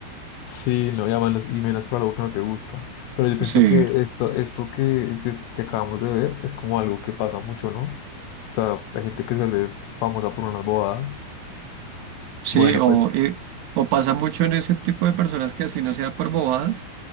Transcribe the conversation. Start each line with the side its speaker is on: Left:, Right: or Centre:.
Left: Sí, lo llaman los emails por algo que no te gusta. Pero yo pienso
Right: Sí,
Left: que esto, esto que, que, que acabamos de ver es como algo que pasa mucho, ¿no? O sea, hay gente que se vuelve famosa por unas bobadas.
Right: sí,
Left: Bueno,
Right: o,
Left: pues
Right: eh, o pasa mucho en ese tipo de personas que así no sea por bobadas,